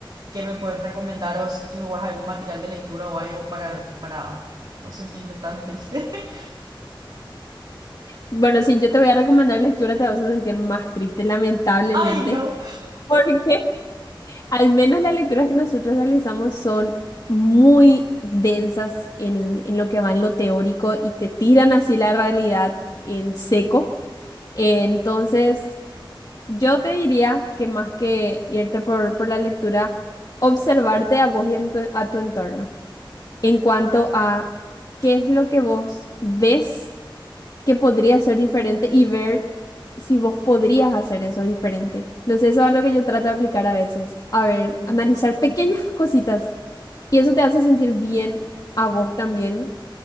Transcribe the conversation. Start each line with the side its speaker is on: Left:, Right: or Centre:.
Right: ¿Qué me puedes recomendar o si, si me guías algún material de lectura o algo para, para no sentirme tan triste? <laughs>
Left: Bueno, si yo te voy a recomendar lectura, te vas a sentir más triste, lamentablemente,
Right: ¡Ay, no!
Left: <laughs> porque al menos las lecturas que nosotros realizamos son muy densas en, en lo que va en lo teórico y te tiran así la realidad en seco. Entonces, Yo te diría que más que irte por, por la lectura, observarte a vos y en tu- a tu entorno en cuanto a qué es lo que vos ves que podría ser diferente y ver si vos podrías hacer eso diferente. No sé, eso es algo que yo trato de aplicar a veces. A ver,
Right: Mm,
Left: analizar pequeñas cositas y eso te hace sentir bien a vos también